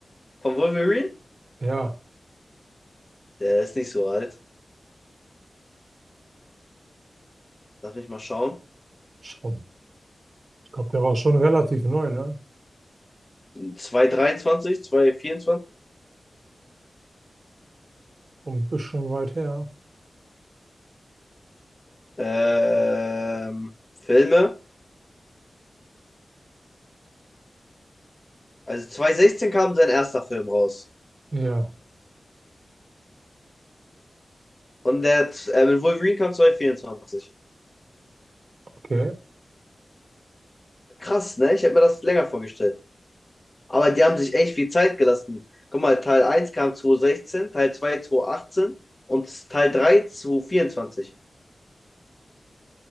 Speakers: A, on the left; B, on the right.
A: Von Wolverine?
B: Ja,
A: Der ist nicht so alt. Darf ich mal schauen?
B: schon. Ich glaube, der war schon relativ neu, ne?
A: 223, 224.
B: Und ein bisschen weit her.
A: Ähm, Filme. Also 2016 kam sein erster Film raus.
B: Ja,
A: Und der, äh, mit Wolverine kam 2024.
B: okay.
A: Krass, ne? Ich hätte mir das länger vorgestellt. Aber die haben sich echt viel Zeit gelassen. Guck mal, Teil eins kam 2016, Teil 2 2018 und Teil 3 2024.